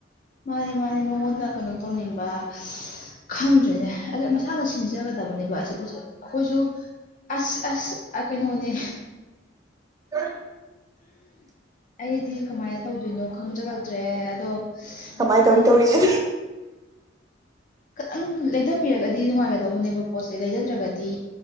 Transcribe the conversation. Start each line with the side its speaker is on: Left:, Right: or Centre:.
Left: ꯃꯥꯅꯤ ꯃꯥꯅꯤ ꯃꯥꯉꯣꯟꯗ ꯀꯩꯅꯣ ꯇꯧꯅꯤꯡꯕ ꯈꯪꯗ꯭ꯔꯦꯅꯦ ꯑꯥ ꯃꯁꯥꯅ ꯁꯤꯟꯖꯒꯗꯕ ꯇꯕꯅꯦꯕ ꯑꯁꯤꯕꯨ ꯑꯩꯈꯣꯏꯁꯨ ꯑꯁ ꯑꯁ ꯀꯩꯅꯣꯅꯦ
Right: <unintelligible>
Left: ꯑꯩꯗꯤ ꯀꯃꯥꯏꯅ ꯇꯧꯗꯣꯏꯅꯣ ꯈꯪꯖꯜꯂꯛꯇ꯭ꯔꯦ ꯑꯗꯣ
Right: ꯀꯃꯥꯏꯅ ꯇꯧꯔꯤ
Left: ꯎꯝ
Right: ꯇꯧꯔꯤꯁꯦ
Left: ꯈꯤꯇꯪ ꯂꯩꯊꯕꯤꯔꯒꯗꯤ ꯅꯨꯡꯉꯥꯏꯒꯗꯧꯕꯅꯦꯕ ꯄꯣꯠꯁꯦ ꯂꯩꯊꯗ꯭ꯔꯒꯗꯤ